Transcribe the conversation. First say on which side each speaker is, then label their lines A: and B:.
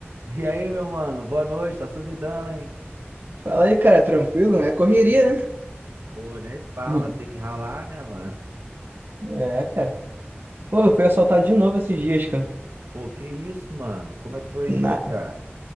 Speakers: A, on the right; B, on the right.
A: E aí, meu mano? Boa noite, tá sumidão, hein?
B: Fala aí, cara, tranquilo? É correria, né?
A: Pô, nem fala,
B: Hum.
A: tem que ralar, né, mano?
B: É, cara. Pô, eu fui assaltado de novo esses dias, cara.
A: Pô, que isso, mano? Como é que foi
B: Na...
A: isso, cara?